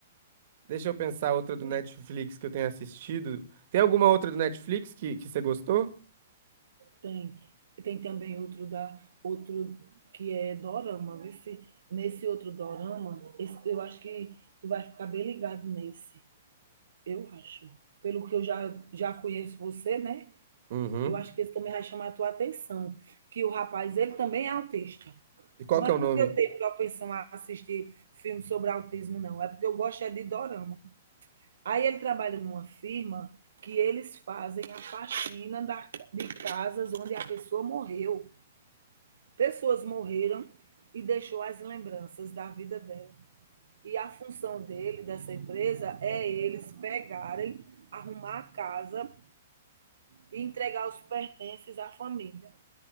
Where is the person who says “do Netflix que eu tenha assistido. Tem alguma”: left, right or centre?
Right